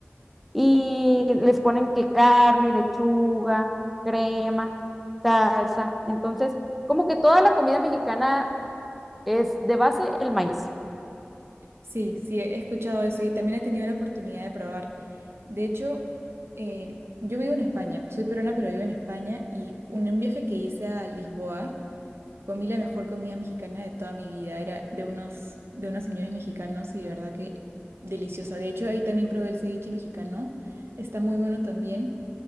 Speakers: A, in the centre; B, on the right (about 75°).
A: y les ponen que carne, lechuga, crema, salsa. Entonces, como que toda la comida mexicana es de base el maíz.
B: Sí, sí, he escuchado eso y también he tenido la oportunidad de probar. De hecho, eh, yo vivo en España, soy peruana, pero vivo en España y un, un viaje que hice a Lisboa. Comí la mejor comida mexicana de toda mi vida. Era de unos, de unos señores mexicanos y de verdad que deliciosa. De hecho, ahí también probé el ceviche mexicano. Está muy bueno también.